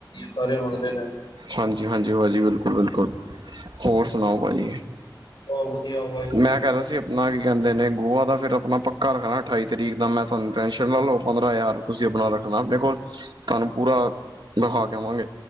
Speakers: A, on the left; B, on the right.
A: ਸਾਰੇ ਮੰਗਦੇ ਨੇ।
B: ਹਾਂਜੀ ਹਾਂਜੀ ਭਾਜੀ ਬਿਲਕੁਲ ਬਿਲਕੁਲ ਹੋਰ ਸੁਣਾਓ ਭਾਜੀ।
A: ਬਹੁਤ ਵਧੀਆ ਵਾਹਿਗੁਰੂ
B: ਮੈਂ
A: ਜੀ
B: ਕਹਿ ਰਿਹਾ ਸੀ ਆਪਣਾ ਕੀ ਕਹਿੰਦੇ ਨੇ ਗੋਆ ਦਾ ਫੇਰ ਆਪਣਾ ਪੱਕਾ ਰੱਖਣਾ। ਅਠਾਈ ਤਰੀਕ ਦਾ ਮੈਂ ਤੁਹਾਨੂੰ ਟੈਨਸ਼ਨ ਨਾ ਲਵੋ। ਪੰਦਰਾਂ ਹਜ਼ਾਰ ਤੁਸੀਂ ਆਪਣਾ ਰੱਖਣਾ ਆਪਣੇ ਕੋਲ ਤੁਹਾਨੂੰ ਪੂਰਾ ਦਿਖਾ ਕੇ ਆਵਾਂਗੇ।